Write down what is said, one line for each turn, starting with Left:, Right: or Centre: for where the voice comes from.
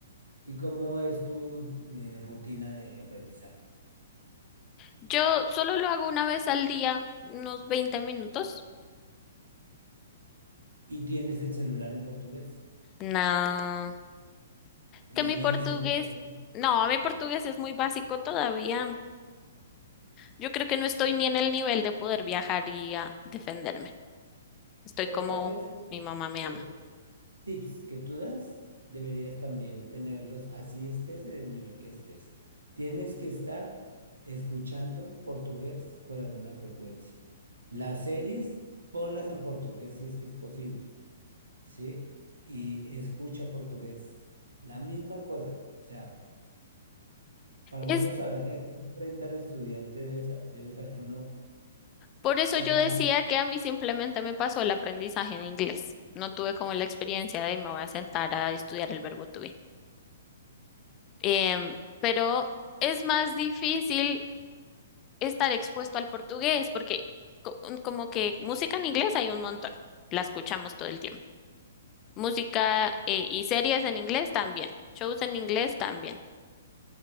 Right: ¿Y cómo es tu eh, rutina de aprendizaje?
Left: Yo solo lo hago una vez al día, unos 20 minutos.
Right: Y tienes el celular en portugués
Left: No,
Right: y
Left: que mi
Right: lees
Left: portugués,
Right: en portugués.
Left: no, mi portugués es muy básico todavía. Yo creo que no estoy ni en el nivel de poder viajar y a defenderme. Estoy
Right: Pero
Left: como
Right: tal vez esos,
Left: mi mamá me
Right: esos
Left: ama.
Right: tips que tú das deberías también tenerlos así estés en el nivel que estés. Tienes que estar escuchando portugués con alguna frecuencia. Las series, ponlas en portugués si es que es posible, ¿sí? Y escucha portugués. La misma cosa. O sea, Para
Left: Es
Right: uno saber a qué se enfrenta el estudiante, debe, sa- debe saber uno
Left: por eso
Right: qué
Left: yo
Right: tan...
Left: decía que a mí simplemente me pasó el aprendizaje en inglés. No tuve como la experiencia de me voy a sentar a estudiar el verbo to be. Em, pero es más difícil estar expuesto al portugués, porque co- como que música en inglés hay un montón, la escuchamos todo el tiempo. Música eh, y series en inglés también, shows en inglés también,